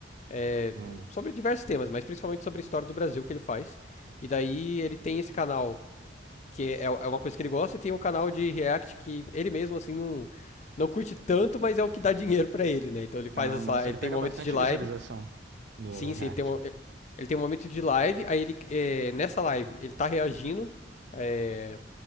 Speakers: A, on the left; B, on the right.
A: é,
B: Hum.
A: sobre diversos temas, mas principalmente sobre a história do Brasil que ele faz. E daí ele tem esse canal que é, é uma coisa que ele gosta, e tem um canal de React que ele mesmo, assim, não, não curte tanto, mas é o que dá dinheiro pra ele, né? Então ele faz
B: Ah,
A: as
B: nossa,
A: li-
B: ele
A: ele tem
B: pega
A: momentos
B: bastante
A: de live,
B: visualização no,
A: sim,
B: no React.
A: sim, ele tem, mo- eh, ele tem um momento de live, aí ele, é, nessa live, ele tá reagindo é,